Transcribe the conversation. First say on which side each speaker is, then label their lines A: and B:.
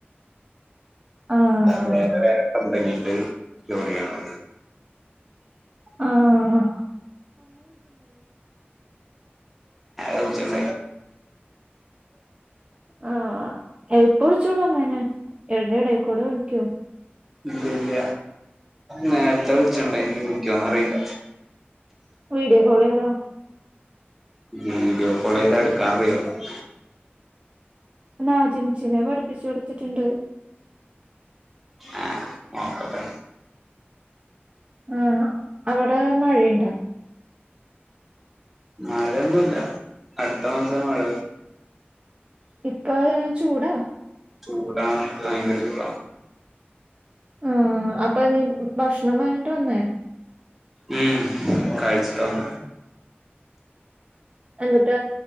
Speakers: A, on the right; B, in the centre.
A: ആഹ്
B: വേറെ വേറെ കമ്പനില് ജോലി ചെയ്യാണ്
A: ആഹ് ആഹ്
B: ൗച്ച ഭ
A: ആഹ് എപ്പ വിളിച്ചോളു എന്നെ അൻ്റ എടേ കൂടെ വിളിക്കോ
B: ഇല്ല ഇല്ല നേരത്തെ വിളിച്ചിട്ടുണ്ട <unintelligible> അറിയില്ല
A: വീഡിയോ കോള് ചെയ്തൊ
B: വീഡിയോ കോൾ ചെയ്താ എടുക്കാൻ അറിയോ ഉ
A: നാജിമുച്ചീനെ പഠിപ്പിച്ചു കൊടുത്തിട്ടുണ്ട്
B: ആഹ് നോക്കട്ടെ
A: ആ അവിടെ മഴയുണ്ട
B: മഴൊന്നുംല്ല അടുത്ത മാസം മഴ
A: ഇപ്പ ചൂടാ
B: ചൂടാണ് ഭയങ്കര ചൂടാ
A: ആഹ് അപ്പൊ നീ ഭക്ഷണം വാങ്ങിട്ട് വന്നേ
B: ഉം കഴിച്ചിട്ട് വന്നാ
A: എന്തൂട്ട